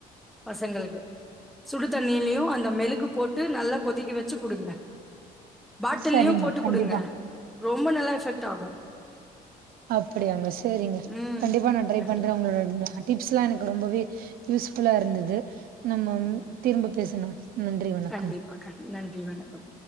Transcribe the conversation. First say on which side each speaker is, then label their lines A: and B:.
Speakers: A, in the centre; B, on the right (about 65°).
A: பசங்களுக்கு சுடு தண்ணியிலியு அந்த மெழுக் கு போட்டு நல்லா கொதிக்க வச்சு குடுங்க பாட்டில்லுயு
B: சரிங்க
A: போட்டு
B: கண்டிப்பா
A: குடுங்க ரொம்ப நல்லா எஃபெக்ட் ஆகு
B: அப்படியாங்க சேரிங்க
A: ம்
B: கண்டிப்பா நா ட்ரை
A: கண்டி
B: பண்றே உங் க அ டிப்ஸ்லா எனக்கு ரொம்பவே யூஸ் ஃபுல்லா இருந்துது நம்ம
A: ம்
B: திரும்ப பேசுனா நன்றி வணக்கம்
A: கண்டிப்பா கண் நன்றி வணக்கம்